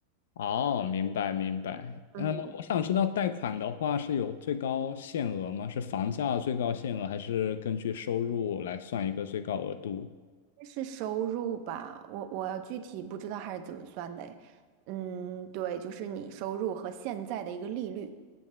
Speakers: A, on the left; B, on the right.
A: 哦，明白明白。
B: 嗯，
A: 嗯，我想知道贷款的话是有最高限额吗？是房价最高限额，还是根据收入来算一个最高额度？
B: 是收入吧，我我要具体不知道还是怎么算的诶嗯，对，就是你收入和现在的一个利率。